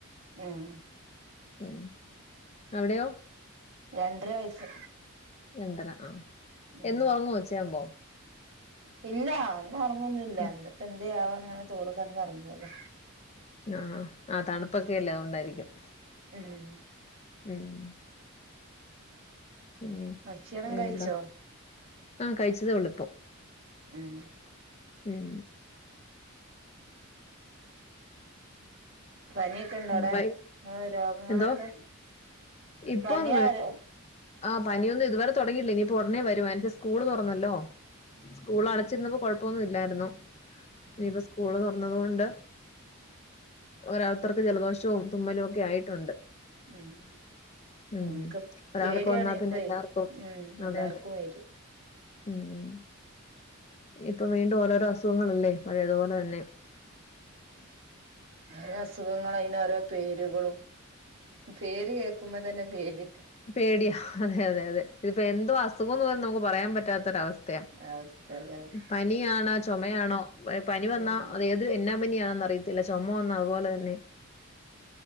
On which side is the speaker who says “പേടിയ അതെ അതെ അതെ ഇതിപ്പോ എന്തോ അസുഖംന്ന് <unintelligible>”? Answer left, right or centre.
Left